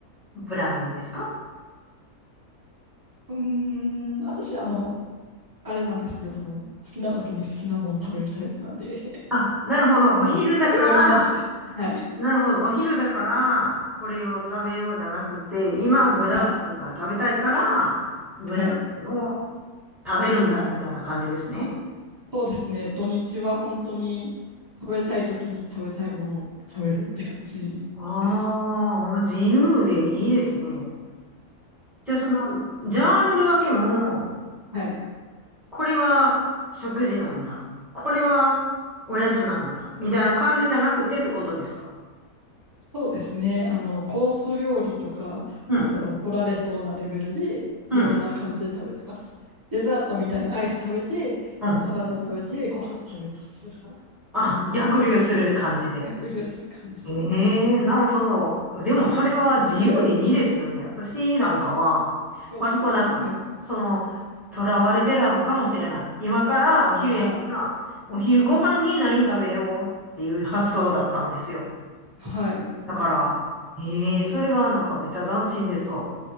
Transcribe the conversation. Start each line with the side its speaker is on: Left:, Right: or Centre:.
Centre: ブラウニーですか
Right: うーん、私、あの、あれなんですよ。あの、好きな時に好きなもん食べるタイプなんで、<laughs>
Centre: あ、なるほど。
Right: あの、
Centre: お昼だから、
Right: カテゴリーなしです。はい。
Centre: なるほど。お昼だから、これを食べようじゃなくて、今、ブラウニーが食べたいから、
Right: はい。
Centre: ブラウニーを
Right: はい。
Centre: 食べるんだ、みたいな感じですね。
Right: そうですね。土日は本当に食べたい時に食べたいものを食べるって感じです。
Centre: ああ、もう自由でいいですね。じゃあその、ジャンル分けも、
Right: はい。
Centre: これは食事なんだ。これはおやつなんだ。みたいな感じじゃなくてってことですか
Right: そうですね。あの、コース料理とかだったら怒られそうなレベルで、
Centre: うん、うん、
Right: いろんな感じで食べてます。デザートみたいなアイス食べて、
Centre: うん。
Right: サラダ食べて、ご飯食べ出すとか、<laughs>
Centre: あ、逆流する感じで。
Right: 逆流する感じで。
Centre: ええなるほど。でもそれは自由でいいですよね。
Right: はい。
Centre: 私なんかは、
Right: どうですかはい。
Centre: 割となんか、その、囚われてたのかもしれない。今からお昼やから、
Right: は
Centre: お昼ご飯に何食べようっていう発想だったんですよ。
Right: はい。
Centre: だから、ええ、それはなんかめっちゃ斬新ですわ。